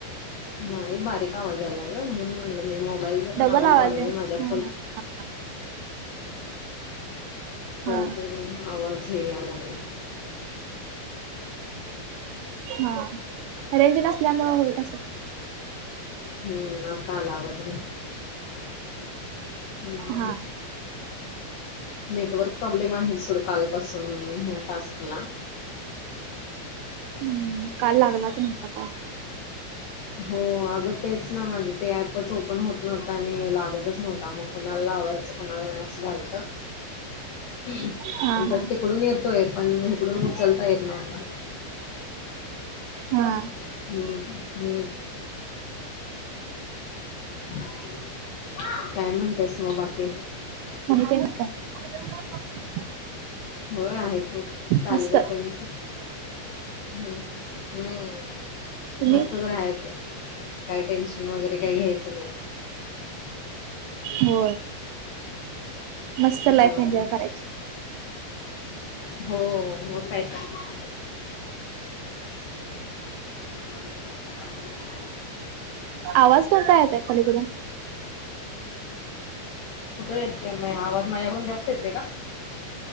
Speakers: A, on the left (about 70°); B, on the right (about 80°).
A: नाही बारीक आवाज आलाय ग म्हणून म्हटलं मी मोबाईलचा
B: डबल
A: पण आवाज वाढवलाय
B: या
A: माझ्या
B: हा
A: फुल तरी
B: हा
A: पण आवाज हे यालागलाय.
B: हा रेज नसल्यामुंळ होईत आलाय.
A: हम्म आता आला आवाज. हम्म
B: हा
A: <inaudible> नेटवर्क प्रॉब्लेम आहे सोड कालपासून ह्या टास्कला
B: हम्म काल लागलाच नव्हता काॅल.
A: हो अगं तेच ना माझं ते ऍपच ओपन होत नव्हतं आणि लागतच नव्हता मग. कुणाला लावायचं कुणाला नाही असं झालतं. आणि
B: हा हा
A: त्यात तिकडून येतोय पण इकडून उचलता येत नव्हता.
B: हा
A: हम्म हम्म <inaudible> काय म्हणतायस मग बाकी.
B: नाही ते का <inaudible>
A: होय आहेत चाललय
B: मस्त
A: त्यांच. हम् हम्म
B: तुम्ही
A: मस्तच राहायचं. काय टेन्शन वगैरे काही घ्यायचं नाही.
B: हो मस्त लाईफ
A: होय
B: एन्जॉय करायची.
A: हो मग काय तर. <inaudible>
B: आवाज कोणता येत आहे पलीकडून?
A: कुठे येतोय आवाज माझ्याकडून जास्त येते का?